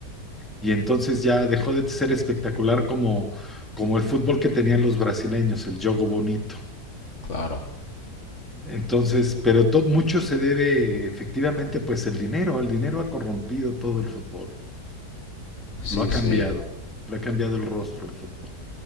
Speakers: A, in the centre; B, on the left.
A: Y entonces ya dejó de ser espectacular como, como el fútbol que tenían los brasileños, el jogo bonito.
B: claro.
A: Entonces, pero to- mucho se debe efectivamente, pues el dinero, el dinero ha corrompido todo el fútbol,
B: Sí,
A: lo ha cambiado,
B: sí.
A: lo ha cambiado el rostro el fútbol.